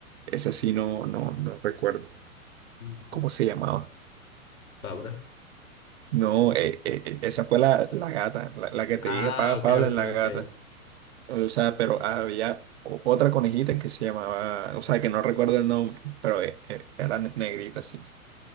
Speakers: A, on the right; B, on the left.
A: Esa sí no, no, no recuerdo
B: Mm,
A: cómo se llamaba.
B: Fabra.
A: No, eh, eh, eh, esa fue la, la gata, la, la que te
B: Ah,
A: dije, Pa-
B: ok,
A: Pablo
B: ok,
A: es la gata.
B: ok.
A: O sea, pero había o- otra conejita que se llamaba, o sea, que no recuerdo el nombre, pero eh, eh, era negrita, sí